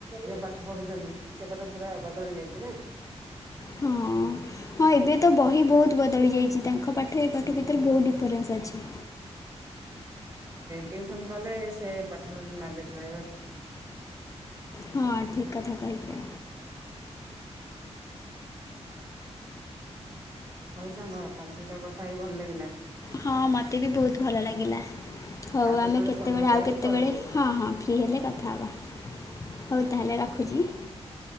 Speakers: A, on the right; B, on the left.
A: ଯଉ ପାଠ ପଢୁଛନ୍ତି ସେପଟ ପୁରା ବଦଳି ଯାଇଛି ନା।
B: ହଁ ହଁ ଏବେ ତ ବହି ବହୁତ ବଦଳି ଯାଇଛି ତାଙ୍କ ପାଠ ଏ ପାଠ ଭିତରେ ବହୁତ ଡିଫରେନ୍ସ ଅଛି।
A: ଟିଉସନ କଲେ ସେ ପାଠ ନଲେଜ ରହିବ।
B: ହଁ ଠିକ କଥା କହିଛ।
A: ହଉ ସାଙ୍ଗ ତମ ସହିତ କଥା ହେଇ ଭଲ ଲାଗିଲା।
B: ହଁ ମତେ ବି ବହୁତ ଭଲ ଲାଗିଲା। ହଉ
A: ଆଉ
B: ଆମେ କେତେବେଳେ
A: ସମୟ ପାଇଲେ
B: ଆଉ କେତେବେଳେ
A: କଲ୍ କରିବ
B: ହଁ ହଁ ଫ୍ରି ହେଲେ
A: ହଁ
B: କଥା ହେବା। ହଉ ତାହେଲେ ରଖୁଛି।
A: ହଁ